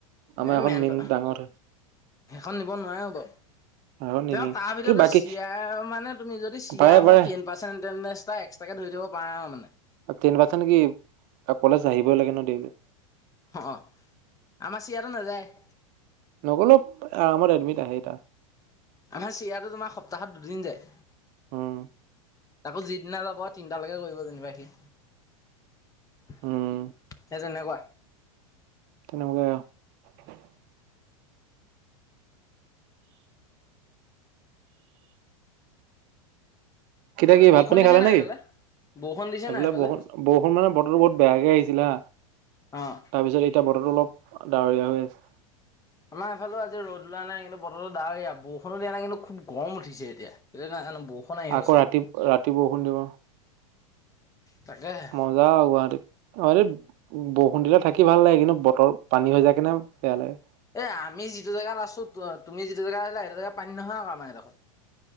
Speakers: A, on the right (about 45°); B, on the left (about 20°).
A: আমাৰ
B: এ'
A: এখন
B: মেনটো
A: মেইন ডাঙৰ
B: সেখন নিব নোৱাৰাৰেো বাৰু
A: এখন নিনিয়ে
B: তেওঁ তাৰ ভিতৰত
A: কি বাকী
B: চিয়াৰ মানে তুমি যদি চিয়াৰ
A: পাৰে পাৰে
B: হোৱা টেন পাৰ্চেন্ট ঞ্চ এটা এক্ট্ৰাকে তুলি দিব পাৰে আৰু মানে।
A: টেইন পাৰঞ্চেত কি কলেজ আহিবই লাগে ন ডেইলি।
B: অ আমাৰ চিয়াৰ আৰু নাযায়। <inaudible>
A: নগলেও আৰামত এডমিট আহে এটা।
B: আমাৰ চিৰিয়াটো তোমাৰ সপ্তাহত দুদিন যায়।
A: হম।
B: আকৌ যিদিনা যাব তিনিটালৈকে কৰিব যেনিবা সি। সেই
A: উম
B: তেনেকুৱা।
A: তেনেকুৱাই <inaudible> কেতিয়া কি
B: বৰষুণ
A: ভাত পানী
B: দিছে
A: খালে
B: নাই
A: নেকি
B: সেইফালে? বৰষুণ দিছে
A: এইবোলে
B: নাই সেইফালে?
A: বৰষুণ-বৰষুণ মানে বতৰো বহুত বেয়াকে আহিছে। দিলা?
B: অ।
A: তাৰপিছত এতিয়া বতৰতো অলপ ডাৱৰীয়া হৈ আছে।
B: আমাৰ এইফালে আজি ৰদ ললোৱা নাই কিন্তু বতৰো দাওৰিয়া বৰষুনো দিয়া নাই কিন্তু খুব গৰম উঠিছে এতিয়া। বৰষুণ আহিব
A: আকৌ
B: চাগে
A: ৰাতি-ৰাতি বৰষুণ দিব
B: তাকেহে।
A: মজা আৰু গুৱাহাটীত বৰষুণ দিলে থাকি ভাল লাগে, কিন্তু বতৰ পানী হৈ যায় কিনে বেয়া লাগে।
B: এ আমি যিটো জেগাত আছো, তুমি যিটো জেগাত আহিলা সেইটো জেগাত পানী নহয়, আৰু আমাৰ এডোখৰত